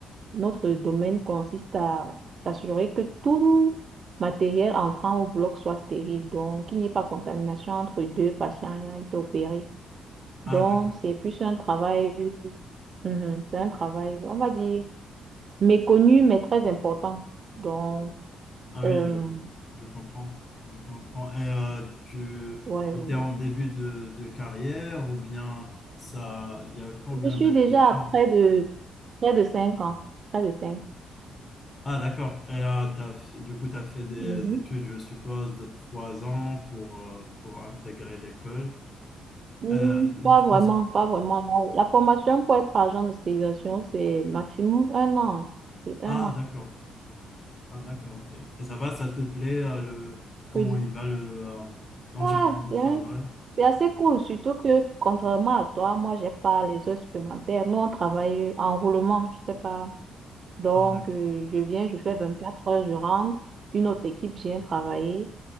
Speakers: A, on the right; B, on the left.
A: notre domaine consiste à s'assurer que tout matériel entrant au bloc soit stérile. Donc, qu'il n'y ait pas contamination entre deux patients ayant été opérés.
B: Ah,
A: Donc,
B: d'accord.
A: c'est plus un travail. Mhm, c'est un travail, on va dire. méconnu, mais très important. Donc,
B: Ah oui,
A: euh,
B: je, je comprends. Je comprends. Et euh, tu
A: ouais,
B: étais
A: ouais.
B: en début de, de carrière ou bien ça, il y a combien
A: je suis
B: d'années
A: déjà
B: d'études?
A: à près de, près de 5 ans. Près de 5 ans.
B: Ah, d'accord. Et euh, t'as f- du coup, tu as fait des
A: Mhm.
B: études, je suppose, de trois ans pour, euh, pour intégrer l'école.
A: Hmm,
B: Euh,
A: pas
B: je
A: vraiment,
B: pense...
A: pas vraiment. La, la formation pour être agent de stérilisation, c'est maximum un an. C'est un
B: Ah,
A: an.
B: d'accord. Ah, d'accord, ok. Et ça va, ça te plaît, euh, le... comment
A: je dis.
B: il va le, euh, l'environnement
A: Ouais,
B: de
A: c'est
B: travail?
A: un- c'est assez cool, surtout que contrairement à toi, moi, j'ai pas les heures supplémentaires. Nous, on travaille en roulement, je sais pas. Donc,
B: Ah, d'accord.
A: euh, je viens, je fais 24 heures, je rentre. Une autre équipe vient travailler.